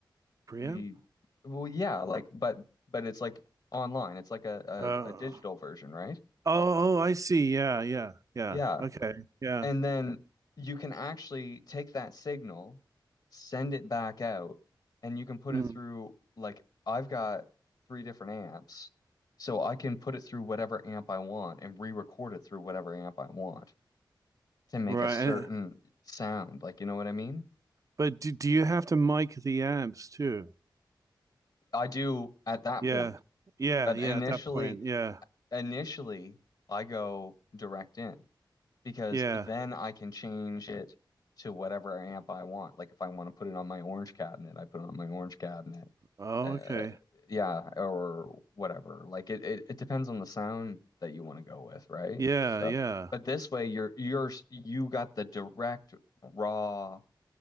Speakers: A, on the right (about 40°); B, on the left (about 55°).
A: Preamp?
B: the well, yeah, like but but it's like online. It's like a,
A: Uh oh,
B: a a digital version, right?
A: oh, I see. Yeah, yeah, yeah.
B: Yeah.
A: Okay. Yeah.
B: And then you can actually take that signal, send it back out, and you can put
A: Mm.
B: it through like I've got three different amps, so I can put it through whatever amp I want and re-record it through whatever amp I want. to make
A: Right.
B: a certain sound. Like, you know what I mean?
A: But do, do you have to mic the amps too?
B: I do at that
A: Yeah.
B: point.
A: Yeah,
B: But
A: yeah,
B: initially,
A: at that point. Yeah.
B: initially, I go direct in because
A: Yeah.
B: then I can change it to whatever amp I want. Like if I want to put it on my orange cabinet, I put it on my orange cabinet.
A: Oh,
B: Uh,
A: okay.
B: yeah, or whatever. Like it, it, it depends on the sound that you want to go with, right?
A: Yeah,
B: So,
A: yeah.
B: but this way you're you're you got the direct raw